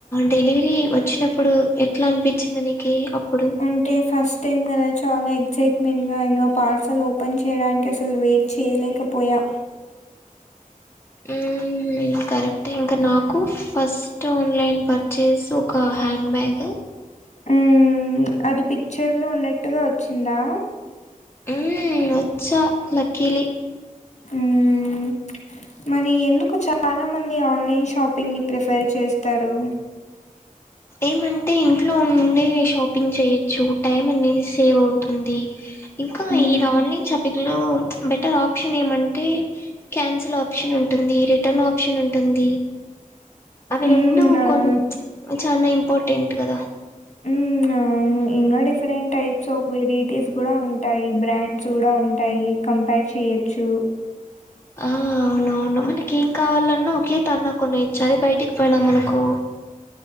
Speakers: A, on the left; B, on the left.
A: డెలివరీ వచ్చినప్పుడు ఎట్లా అనిపించింది నీకి అప్పుడు
B: అంటే ఫస్ టైం కదా చాలా ఎగ్జైట్మెంట్ గా ఇంకా పార్సల్ ఓపెన్ చేయడానికి అసలు వెయిట్ చేయలేకపోయా
A: ఉ హా కరెక్ట్ ఇంకా నాకు ఫస్ట్ ఆన్లైన్ పర్చేస్ ఒక హ హ్యాండ్ బ్యాగ్
B: ఉ అది పిక్చర్ లో ఉన్నట్టుగా వచ్చిందా
A: ఉ వచ్చా లక్కీలీ
B: మ్మ్, మరి ఎందుకు చాలా మంది ఆన్లైన్ షాపింగ్ ని ప్రిఫర్ చేస్తారు
A: ఏమంటే ఇంట్లో ఉండే షాపింగ్ చేయచ్చు టైం అనేది సేవ్ అవుతుంది ఇంకా
B: మ్మ్,
A: ఇలా ఆన్లైన్ చాపిచ్చు అందులో బెటర్ ఆప్షన్ ఏమంటే క్యాన్సిల్ ఆప్షన్ ఉంటుంది రిటర్న్ ఆప్షన్ ఉంట్ ఉంటుంది అవి
B: మ్మ్,
A: రెండు
B: అవును
A: కొ అన్ని ఇంపార్ర్టెట్ కదా
B: మ్మ్, అవును ఇంకా డిఫరెంట్ టైప్స్ ఆఫ్ వెరైటీస్ కూడా ఉంటాయి బ్రాండ్స్ కూడా ఉంటాయి కంపేర్ చేయొచ్చు
A: ఆ అవునవును మనకి ఏం కావాలన్నా ఒకే తన్నా కొన్ని ఇచ్చ అది బయటికి పోయినాం మనుకో